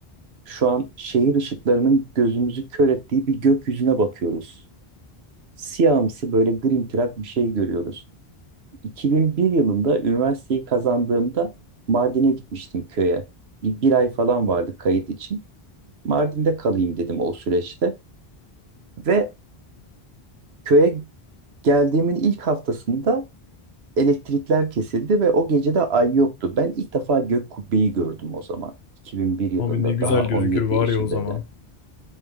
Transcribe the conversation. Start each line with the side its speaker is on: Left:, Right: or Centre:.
Right: Şu an şehir ışıklarının gözümüzü kör ettiği bir gökyüzüne bakıyoruz. Siyahımsı böyle grimtırak bir şey görüyoruz. 2001 yılında üniversiteyi kazandığımda Mardin'e gitmiştim köye. Bir, bir ay falan vardı kayıt için. Mardin'de kalayım dedim o süreçte. Ve köye Geldiğimin ilk haftasında elektrikler kesildi ve o gece de ay yoktu. Ben ilk defa gök kubbeyi gördüm o zaman. 2001 yılında
Left: Abi ne güzel
Right: daha 17
Left: gözükür var
Right: yaşındayken.
Left: ya o zaman.